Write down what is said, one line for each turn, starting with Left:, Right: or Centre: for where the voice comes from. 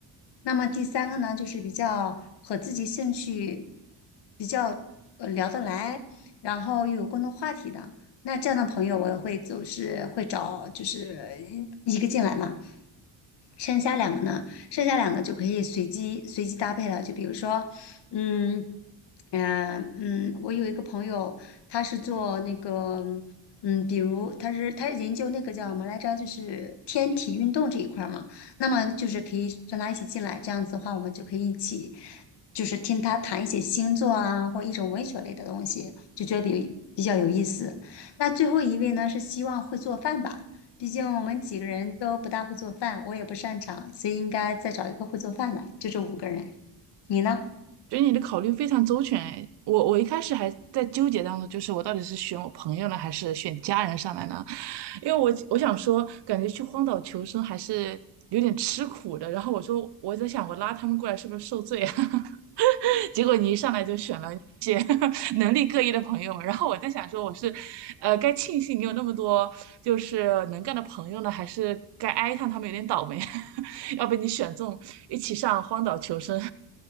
Left: 那么第三个呢，就是比较和自己兴趣比较呃聊得来，然后又有共同话题的。那这样的朋友，我也会就是会找就是一个进来嘛。剩下两个呢，剩下两个就可以随机随机搭配了。就比如说，嗯，呃，嗯，我有一个朋友，他是做那个，嗯，比如他是他是研究那个叫什么来着，就是天体运动这一块儿嘛。那么就是可以让他一起进来，这样子的话，我们就可以一起，就是听他谈一些星座啊，或一种文学类的东西，就觉得比比较有意思。那最后一位呢，是希望会做饭吧。毕竟我们几个人都不大会做饭，我也不擅长，所以应该再找一个会做饭的，就这五个人。你呢？
Right: 觉得你的考虑非常周全哎，我我一开始还在纠结当中，就是我到底是选我朋友呢，还是选家人上来呢？因为我我想说，感觉去荒岛求生还是有点吃苦的。然后我说我在想，我拉他们过来是不是受罪啊？<laughs> 结果你一上来就选了一些 <laughs> 能力各异的朋友们然后我在想说，我是，呃，该庆幸你有那么多就是能干的朋友呢，还是该哀叹他们有点倒霉，<laughs> 要被你选中一起上荒岛求生，